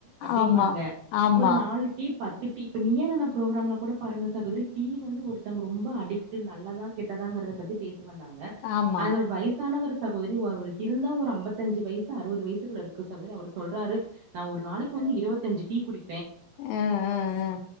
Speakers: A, on the right (about 70°); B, on the left (about 85°).
A: அப்டிம்பாங்க
B: ஆமா ஆமா
A: ஒரு நாலு டீ பத்து டீ இப்ப நீயா நானா ப்ரோக்ராம்ல கூட பாருங்க சகோதரி டீ வந்து ஒருத்தங்க ரொம்ப அடிக்ட் நல்லதா கெட்டதாங்குறத பத்தி பேசு இது வந்தாங்க
B: ஆமா
A: அதுல ஒரு வயசான ஒரு சகோ கோதரி ஓ அவருக்கு இருந்தா ஒரு அம்பத்தஞ்சு வயசு அறுவது வயசுக்குள்ள இருக்கு சகோதரி அவர் சொல்றாரு நா ஒரு நாளைக்கு வந்து இருவத் தஞ்சு டீ குடி
B: ஆ ஆ ஆ